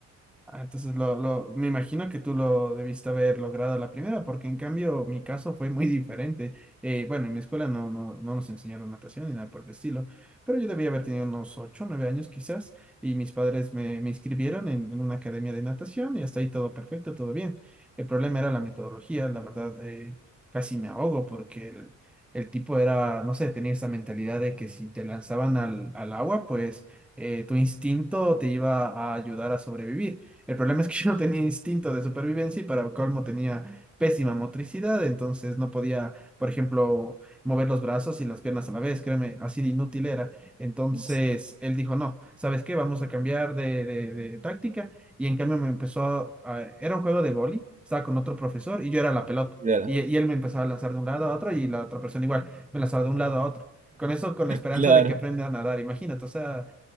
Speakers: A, in the centre; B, on the right (about 25°).
A: Ah, entonces lo, lo, me imagino que tú lo debiste haber logrado a la primera, porque en cambio mi caso fue muy <laughs> diferente. Eh, bueno, en mi escuela no, no, no nos enseñaron natación ni nada por el estilo, pero yo debía haber tenido unos ocho, nueve años quizás, y mis padres me, me inscribieron en, en una academia de natación y hasta ahí todo perfecto, todo bien. El problema era la metodología, la verdad, eh, casi me ahogo porque el, el tipo era, no sé, tenía esa mentalidad de que si te lanzaban al, al agua, pues eh, tu instinto te iba a ayudar a sobrevivir el problema es que <laughs> yo no tenía instinto de supervivencia y para colmo tenía pésima motricidad, entonces no podía, por ejemplo, mover los brazos y las piernas a la vez, créeme, así de inútil era. Entonces
B: Entonces,
A: él dijo, no, ¿sabes qué? Vamos a cambiar de, de- de táctica y en cambio me empezó a... Era un juego de boli, estaba con otro profesor y yo era la pelota.
B: Claro,
A: Y, y él me empezaba a lanzar de un lado a otro y la otra persona igual, me lanzaba de un lado a otro. Con eso, con la esperanza
B: claro,
A: de que aprenda a nadar, imagínate, o sea...